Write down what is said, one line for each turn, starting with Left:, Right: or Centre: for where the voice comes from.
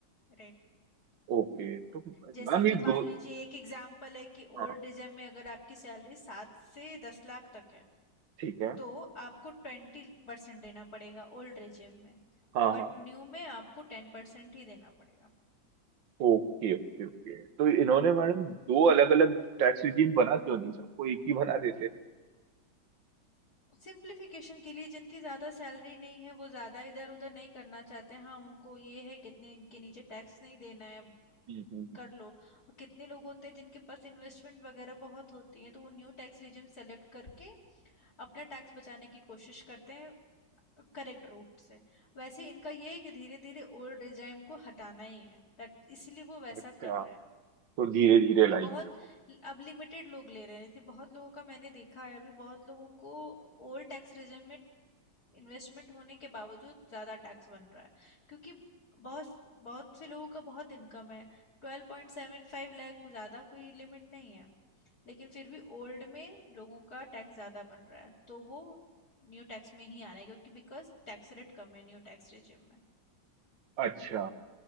Left: रेट
Right: ओके तो
Left: जैसे
Right: मैम
Left: कि
Right: ये दो
Left: मान लीजिए एक एग्जाम्पल है कि
Right: हाँ
Left: ओल्ड रिजर्व में अगर आपकी सैलरी सात से दस लाख तक है
Right: ठीक है
Left: तो आपको 20% देना पड़ेगा ओल्ड रेजिम में
Right: हाँ
Left: बट
Right: हाँ
Left: न्यू में आपको 10% ही देना पड़ेगा
Right: ओके ओके ओके तो इन्होंने मैडम
Left: हम्म
Right: दो अलग अलग टैक्स रिजीम बना क्यों दी सबको एक ही बना देते
Left: सिंप्लीफिकेशन के लिए जिनकी ज़्यादा सैलरी नहीं है वो ज़्यादा इधर उधर नहीं करना चाहते हाँ उनको ये है कितने इनके नीचे टैक्स नहीं देना है
Right: हम्म, हम्म,
Left: कर लो और कितने लोग होते हैं जिनके पास इन्वेस्टमेंट वगैरह बहुत होती है तो वो न्यू टैक्स रिजिम सेलेक्ट करके अपना टैक्स बचाने की कोशिश करते हैं करेक्ट रूट से वैसे इनका ये है कि धीरे धीरे ओल्ड रिजाइम को हटाना ही है दैट इसलिए वो वैसा
Right: अच्छा
Left: कर रहे हैं
Right: तो धीरे धीरे लाएंगे
Left: अब बहुत
Right: वो
Left: अब लिमिटेड लोग ले रहे हैं जैसे बहुत लोगों का मैंने देखा है अभी बहुत लोगों को ओल्ड टैक्स रेजिम में इन्वेस्टमेंट होने के बावजूद ज़्यादा टैक्स बन रहा है क्योंकि बहुत बहुत से लोगों का बहुत इनकम है ट्वेल्व पॉइंट सेवन फाइव लाख ज़्यादा कोई लिमिट नहीं है लेकिन फिर भी ओल्ड में लोगों का टैक्स ज़्यादा बन रहा है तो वो न्यू टैक्स में ही आ रहा है क्योंकि बिकॉज टैक्स रेट कम है न्यू टैक्स रेजिम में
Right: अच्छा